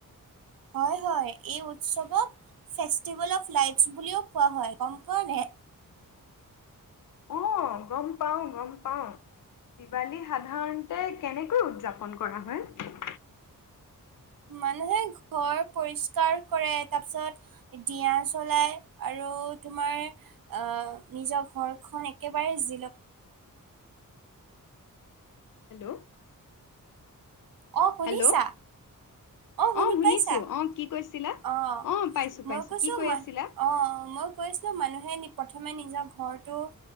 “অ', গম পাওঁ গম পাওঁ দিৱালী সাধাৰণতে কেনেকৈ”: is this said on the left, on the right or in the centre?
Left